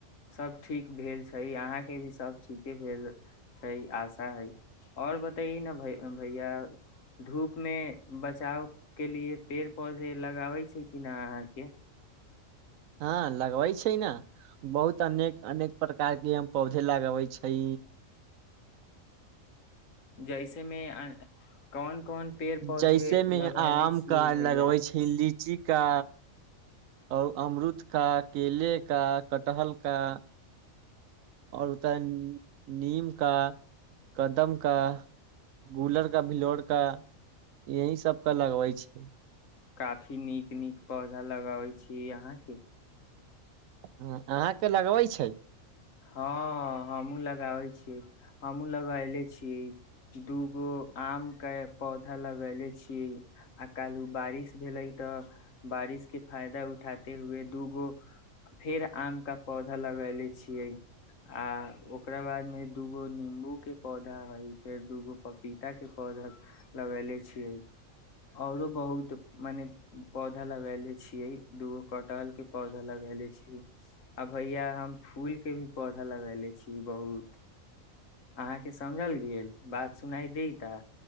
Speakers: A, on the left; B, on the right.
A: सभ ठीक भेल छै अहाँके भी सभ ठीके भेल छै आशा हइ आओर बतैै ने भ भैया धूपमे बचावके लिए पेड़ पौधे लगाबै छै कि नहि अहाँके
B: हँ लगबै छै न बहुत अनेक अनेक प्रकार के हम पौधे लगबै छै
A: जैसेमे कोन कोन पेड़ पौधे
B: जैसे मे
A: लगैले
B: आम
A: छियै
B: क
A: भैया
B: लगबै छै लीची का और अमरुद का केेले का कटहल का आओर ओतय नीम का कदम का गुलर का भिलोर का यही सभके लगबै छै
A: काफी नीक नीक पौधा लगाबै छीिय अहाँके
B: ह अहाँके लगबैत छै
A: हँ हमहुँ लगाबै छियै हमहूँ लगैले छीियै दूगो आम के पौधा लगैले छीियै आ काल् बारिश भेलै तऽ बारिश के फायदा उठाते हुए दूगो फेर आम केा पौधा लगैले छियै आ ओकरा बाद मे दूगो नं्बू के पौधा हइ फेर दूगो पपीता के पौधा लगले छियै औरो बहुत मने पौधा लगले छियै दूगो कटहल के पौधा लगले छीिय आ भैया हम फूल के भी पौधा लग ले छी बहुत अहाँके समझल गेल बात सुनाइ द ता